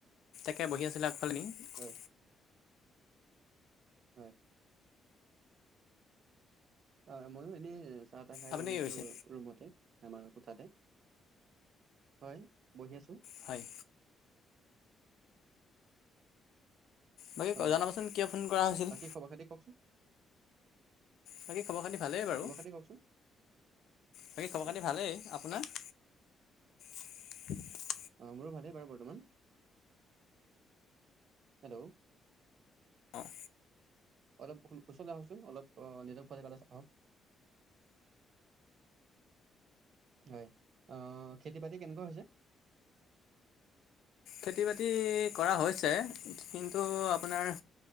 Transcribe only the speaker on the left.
েকে বহি আছিল <unintelligible> কালনি <unintelligible>
আপুনি
কি
কৰিছে?
হয়। বাকী
জনাবচোন কিয় ফোন কৰা হৈছিল
বাকী খবৰ খিনি ভালেই বাৰু
বাকী খবৰ
পাতি ভালেই আপোনাৰ <inaudible>
অ'
খেতি বাতি কৰা হৈছে কিন্তু আপোনাৰ